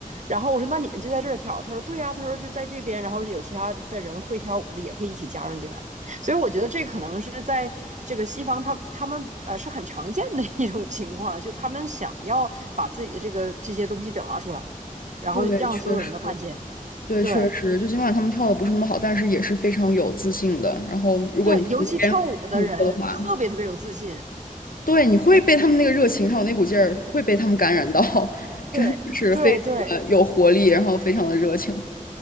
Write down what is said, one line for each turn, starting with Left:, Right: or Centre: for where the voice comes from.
Right: 然后我说那你们就在这儿跳，他说对呀、他说就在这边，然后有其他的人会跳舞的也可以一起加入进来，所以我觉得这可能是在这个西方他他们呃是很常见的一种情况，就他们想要把自己的这个这些东西表达出来，然后让所有人都看见，
Left: 对，确实。对，
Right: 对
Left: 确实，就尽管他们跳的不是那么好，但是也是非常有自信的。然后，如果你旁边路过的话，
Right: 对，尤其跳舞的人特别特别有自信，
Left: 对，你会被他们那个热情还有那股劲儿，会被他们感染到，<laughs> 真的是非常的有活力，
Right: 对对对，
Left: 然后非常的热情。